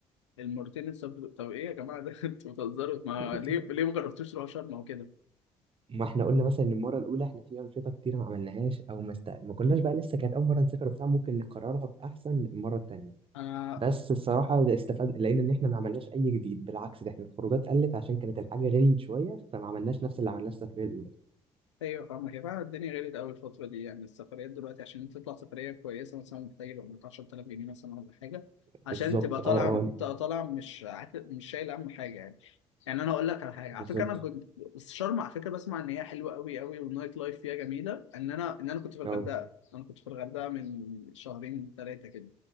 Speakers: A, on the left; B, on the right.
A: المرتين اللي سافرتوا- طب ايه يا جماعة ده <laughs> انتوا بتهزروا ما
B: <laughs>
A: ليه ليه ما جربتوش تروحوا شرم أو كده؟
B: ما احنا قلنا مثلا ان المره الاولى احنا في انشطه كتير ما عملناهاش او ما, است... ما كناش بقى لسه كانت اول مره نسافر وبتاع ممكن نكررها باحسن المره التانيه
A: انا
B: بس الصراحه ده استفاد لقينا ان احنا ما عملناش اي جديد بالعكس ده احنا الخروجات قلت عشان كانت الحاجه غليت شويه فما عملناش نفس اللي عملناه السفريه الاولى
A: ايوه فاهمك يا فعلا الدنيا غليت قوي الفتره دي يعني السفريات دلوقتي عشان انت تطلع سفريه كويسه مثلا محتاج يبقى معاك 10000 جنيه مثلا ولا حاجه عشان
B: بالظبط
A: تبقى طالع
B: اه اه
A: تبقى طالع مش عات- مش شايل هم حاجه يعني يعني انا اقول لك على حاجه على
B: بالظبط
A: فكره انا كنت بس شرم على فكره بسمع ان هي حلوه قوي قوي والنايت لايف فيها جميله ان انا ان انا كنت في الغردقه
B: اه
A: انا كنت في الغردقه من شهرين ثلاثه كده